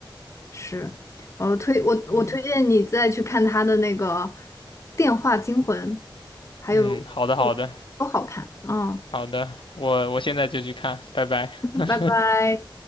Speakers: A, on the left; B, on the left.
A: 是，我推我我推荐你再去看他的那个
B: 嗯
A: 《电话惊魂》，还有
B: 嗯，好的好的
A: 都好看。嗯，
B: 好的，我我现在就去看，拜拜。<laughs>
A: 拜拜。